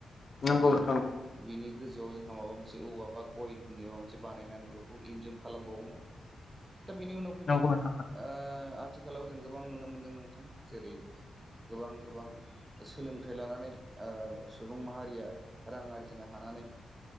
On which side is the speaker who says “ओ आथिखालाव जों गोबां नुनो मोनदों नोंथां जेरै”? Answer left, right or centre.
Right